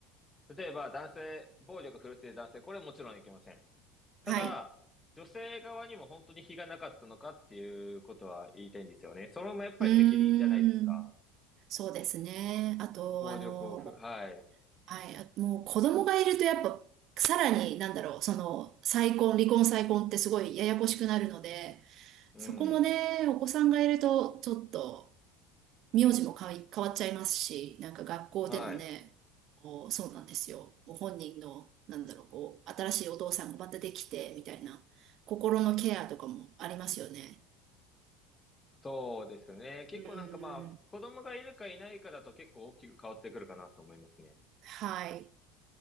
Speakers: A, on the left (about 20°); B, on the right (about 55°).
A: 例えば男性、暴力振るっている男性、これはもちろんいけません。ただ、
B: はい。
A: 女性側にも本当に非がなかったのかっていうことは言いたいんですよね。それもやっぱり責任じゃないですか。
B: うーん。そうですね。あと、
A: 暴力をふ、
B: あの、もう
A: はい。
B: はい。あもう子供がいるとやっぱ、さらに、なんだろう、その、再婚、離婚再婚ってすごいややこしくなるので、
A: うん。
B: そこもね、お子さんがいると、ちょっと、名字も変わい変わっちゃいますし、なんか学校でのね、
A: はい。
B: こうそうなんですよ。ご本人の、なんだろう、こう、新しいお父さんがまたできて、みたいな、心のケアとかもありますよね。
A: そうですね。結構なんかまあ、
B: うーん。
A: 子供がいるかいないかだと結構大きく変わってくるかなと思いますね。
B: はい。